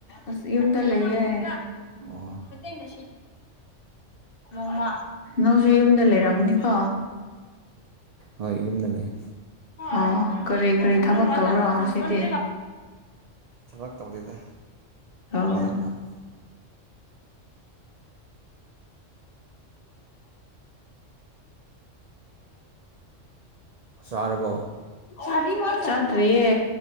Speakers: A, on the left; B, on the right.
A: ꯑꯁ ꯌꯨꯝꯗ ꯂꯩꯌꯦꯦ
B: ꯑꯣ
A: ꯇꯅꯦ ꯅꯣꯡꯃ ꯅꯪꯁꯨ ꯌꯨꯝꯗ ꯂꯩꯔꯝꯅꯤꯀꯣ
B: ꯍꯣꯏ ꯌꯨꯝꯗ ꯂꯩ
A: ꯑ ꯈꯔꯦ ꯀꯔꯤ ꯊꯕꯛ ꯇꯧꯕ꯭ꯔꯣ ꯉꯁꯤꯗꯤ
B: ꯊꯕꯛ ꯇꯧꯗꯣꯏꯗ
A: ꯑꯣ
B: ꯈꯗꯪꯅꯪꯅ ꯆꯥꯔꯕꯣ
A: ꯁꯗ ꯆꯠꯠꯔꯤꯌꯦ